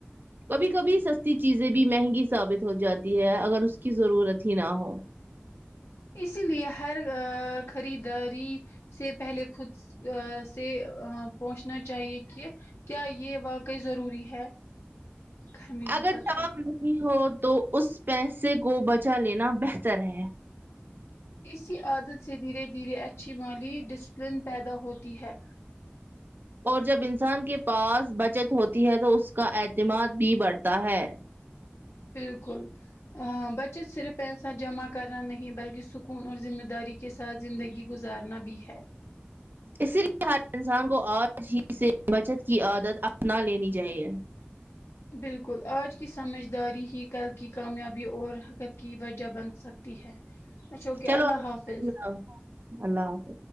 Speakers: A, on the right; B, on the left.
A: کبھی کبھی سستی چیزیں بھی مہنگی ثابت ہو جاتی ہے اگر اس کی ضرورت ہی نہ ہو
B: اسی لیے ہر آ خریداری سے پہلے خود سے آ پہنچنا چاہیے کہ کیا یہ واقعی ضروری ہے گھر میں
A: اگر
B: بہت
A: کام
B: ہے
A: نہیں ہو تو اس پیسے کو بچا لینا بہتر ہے
B: اسی عادت سے دھیرے دھیرے اچھی مالی ڈسپلن پیدا ہوتی ہے
A: اور جب انسان کے پاس بچت ہوتی ہے تو اس کا اعتماد بھی بڑھتا ہے
B: بالکل بچت صرف پیسہ جمع کرنا نہیں بلکہ سکون اور ذمہ داری کے ساتھ زندگی گزارنا بھی ہے
A: اسی لیے ہر انسان کو آج ہی سے بچت کی عادت اپنا لینی چاہیے
B: بالکل آج کی سمجھداری ہی کل کی کامیابی اور بچت کی وجہ بن سک ہی ہے اچھا اوکے
A: چلو
B: اللہ حافظ
A: اللہ حافظ